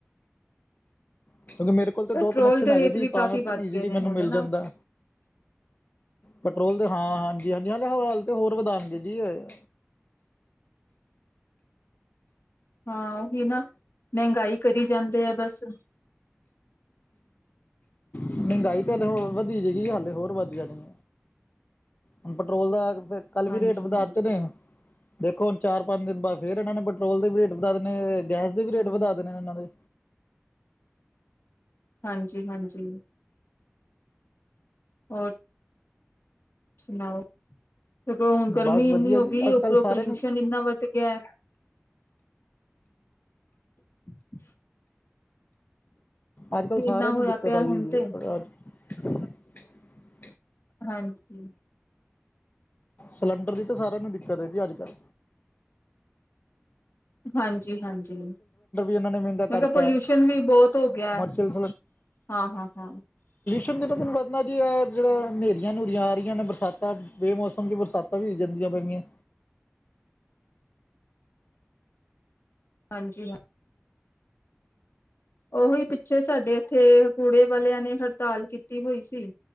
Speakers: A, on the left; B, on the left.
A: ਕਿਉਂਕਿ ਮੇਰੇ ਕੋਲ ਤੇ
B: ਪੈਟਰੋਲ
A: ਦੋ ਕਨਕਸ਼ਨ
B: ਦੇ
A: ਹੈਗੇ
B: ਰੇਟ
A: ਸੀ
B: ਵੀ ਕਾਫ਼ੀ
A: ਤਾਂ
B: ਵੱਧ
A: ਈਜ਼ੀਲੀ
B: ਗਏ ਨੇ
A: ਮੈਨੂੰ
B: ਹੁਣ
A: ਮਿਲ
B: ਨਾ
A: ਜਾਂਦਾ ਕੰਟਰੋਲ ਤੇ ਹਾਂ ਹਾਂਜੀ ਹਾਂਜੀ ਹੋਰ ਵਧਾਣਗੇ ਜੀ ਓਏ
B: ਹਾਂ ਉਹ ਵੀ ਨਾ ਮਹਿੰਗਾਈ ਕਰੀ ਜਾਂਦੇ ਆ ਬਸ
A: ਮਹਿੰਗਾਈ ਤੇ ਹਲੇੇ ਹੋ ਵਧੀ ਜਗੀ ਹਾਲੇ ਹੋਰ ਵਧੀਆ ਨਹੀਂ ਹੁਣ ਪੈਟਰੋਲ ਦਾ ਫ ਕੱਲ
B: ਹਾਂਜੀ
A: ਵੀ ਰੇਟ ਵਧਾਤੇ
B: ਹਾਂਜੀ
A: ਨੇ ਦੇਖੋ ਹੁਣ ਚਾਰ ਪੰਜ ਦਿਨ ਬਾਅਦ ਫੇਿਰ ਇਹਨਾਂ ਨੇ ਪੈਟਰੋਲ ਦੇ ਵੀ ਰੇਟ ਵਧਾ ਦੇਣੇ ਗੈਸ ਦੇ ਵੀ ਰੇਟ ਵਧਾ ਦੇਣੇ ਇਹਨਾਂ ਦੇ
B: ਹਾਂਜੀ ਹਾਂਜੀ ਹੋਰ ਸੁਣਾਓ ਦੇਖੋ ਹੁਣ ਗਰਮੀ
A: ਬਸ ਵਧੀਆ
B: ਇੰਨੀ ਹੋ
A: ਜੀ
B: ਗਈ
A: ਅੱਜ
B: ਉਪਰੋਂ
A: ਕੱਲ੍ਹ ਸਾਰਿਆਂ
B: ਪੋਲਿਊਸ਼ਨ
A: ਨੂੰ
B: ਇੰਨਾ ਵੱਧ ਗਿਆ <inaudible>
A: ਅੱਜ ਕੱਲ੍ਹ ਸਾਰਿਆਂ
B: ਇੰਨਾ ਹੋਇਆ
A: ਨੂੰ ਦਿੱਕਤ
B: ਪਿਆ
A: ਆਈ
B: ਹੁਣ ਤੇ
A: ਹੋ ਹੈ <inaudible>
B: ਹਾਂਜੀ
A: ਸਿਲੰਡਰ ਦੀ ਤਾਂ ਸਾਰਿਆਂ ਨੂੰ ਦਿੱਕਤ ਹੈਦੀ ਅੱਜ ਕੱਲ
B: ਹਾਂਜੀ ਜੀ ਹਾਂਜੀ ਮੇ
A: ਇਹਨਾਂ ਨੇ ਮਹਿੰਗਾ ਕਰਤਾ
B: ਕਿਹਾ ਪੋਲਿਊਸ਼ਨ ਵੀ ਬਹੁਤ ਹੋ ਗਿਆ
A: ਕਮਰਸ਼ੀਅਲ
B: ਹਾਂ ਹਾਂ ਹਾਂ
A: ਦਿਨੋ ਤਨ ਵਧਣਾ ਜੀ ਆ ਜਿਹੜਾ ਹਨੇਰੀਆਂ ਨੂਰੀਆਂ ਆ ਰਹੀਆਂ ਨੇ ਬਰਸਾਤਾਂ ਬੇਮੌਸਮ ਚ ਬਰਸਾਤਾਂ ਵੀ ਹੋ ਜਾਂਦੀਆਂ ਪੈਗਆਂ
B: ਹਾਂਜੀ ਹਾਂ ਉਹੀ ਪਿੱਛੇ ਸਾਡੇ ਇੱਥੇ ਕੂੜੇ ਵਾਲਿਆਂ ਨੇ ਹੜਤਾਲ ਕੀਤੀ ਹੋਈ ਸੀ